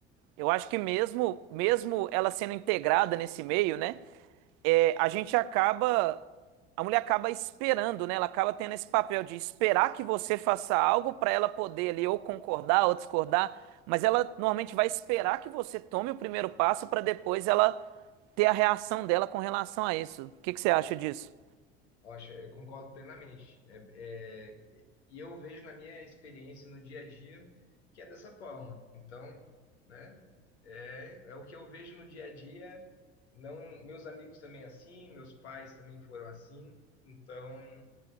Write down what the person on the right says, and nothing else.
Eu acho que mesmo, mesmo ela sendo integrada nesse meio, né? é, a gente acaba, a mulher acaba esperando, né? Ela acaba tendo esse papel de esperar que você faça algo para ela poder ali ou concordar ou discordar, mas ela normalmente vai esperar que você tome o primeiro passo para depois ela ter a reação dela com relação a isso. O que que você acha disso?